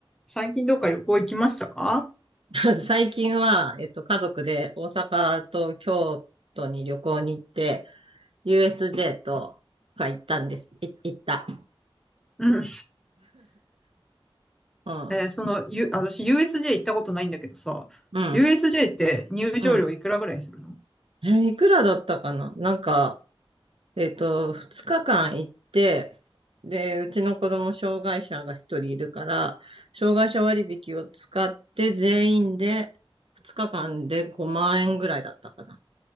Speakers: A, in the centre; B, on the right (about 70°).
A: 最近どっか旅行行きましたか
B: <laughs> 最近は、えっと、家族で大阪と京都に旅行に行って、USJ とか行ったんです。い行った。
A: うん。
B: うん。
A: えーその、ゆ、私 USJ 行ったことないんだけどさ、
B: うん。
A: USJ って入場料いくらぐらいするの
B: うん。えーいくらだったかななんか、えっと、2日間行って、で、うちの子供障害者が一人いるから、障害者割引を使って全員で2日間で5万円ぐらいだったか